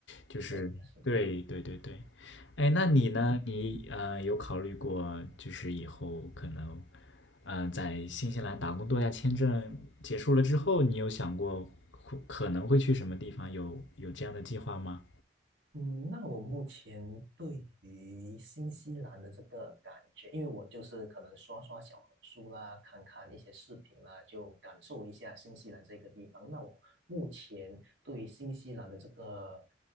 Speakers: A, on the left; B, on the right.
A: 就是对对对对。
B: 是的，是的
A: 哎，那你呢？
B: 嗯，
A: 你呃有考虑过，就是以后可能，呃，在新西兰打工度假签证结束了之后，你有想过会可能会去什么地方？有有这样的计划吗？
B: 嗯，那我目前对于新西兰的这个感觉，因为我就是可能刷刷小红书啦，看看一些视频啦，就感受一下新西兰这个地方。那我目前对于新西兰的这个